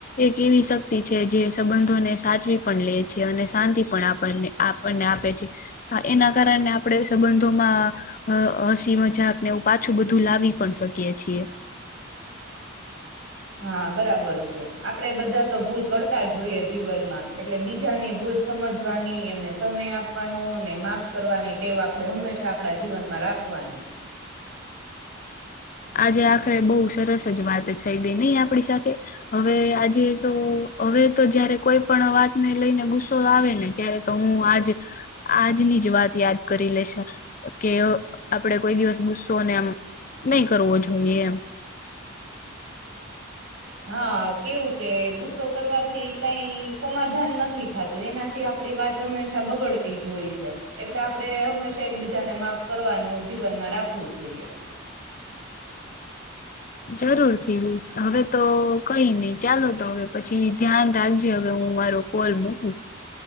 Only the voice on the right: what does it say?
હા બરાબર છે. આપડે બધા તો ભૂલ કરતા જ જોઈએ જીવનમાં એટલે બીજાની ભૂલ સમજવાની એમને સમય આપવાનો ને માફ કરવાની ટેવ આપડે હંમેશા આપડે જીવનમાં રાખ વાની જ.
હા કેવું કે ગુસ્સો કરવાથી કઈ સમાધાન નથી થતું એનાથી આપ પડી વાત હંમેશા બગડતી જ હોય છે. એટલે આપડે હંમેશા એકબીજાને માફ કરવાનું જીવનમાં રાખવું જોઈએ.